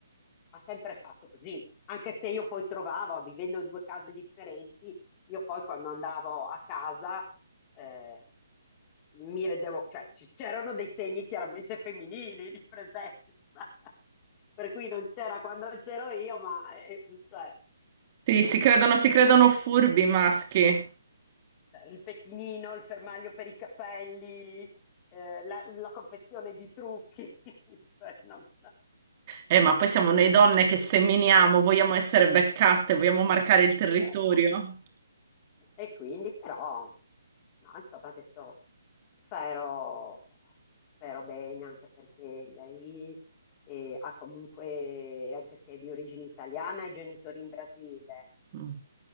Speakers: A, on the left (about 20°); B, on the right (about 30°).
A: ha sempre fatto così, anche se io poi trovavo, vivendo in due case differenti, io poi quando andavo a casa eh, mi rendevo, cioè c'erano dei segni chiaramente femminili di presenza, <laughs> per cui non c'era quando c'ero io, ma eh, cioè,
B: Sì, si credono, si credono furbi i maschi.
A: Cioè, Il pettinino, il fermaglio per i capelli, eh, la, la confezione di trucchi, <laughs> cioè, non-
B: Eh, ma poi siamo noi donne che seminiamo, vogliamo essere beccate, vogliamo marcare il territorio.
A: <laughs> E quindi però, no, insomma, adesso spero, spero bene anche perché lei eh, ha comunque, anche se è di origine italiana, ha i genitori in Brasile.
B: Mm,